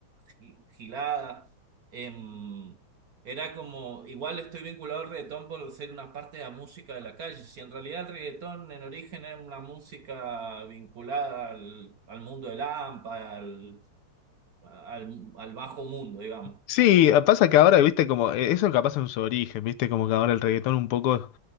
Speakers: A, on the right (about 60°); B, on the left (about 85°).
A: gi- gilada. em, era como, igual estoy vinculado al reggaetón por ser una parte de la música de la calle. Si en realidad el reggaetón en origen es una música vinculada al, al mundo del hampa, al, al, al bajo mundo, digamos.
B: Sí, ah, pasa que ahora, viste, como, eh, eso capaz en su origen, viste, como que ahora el reggaetón un poco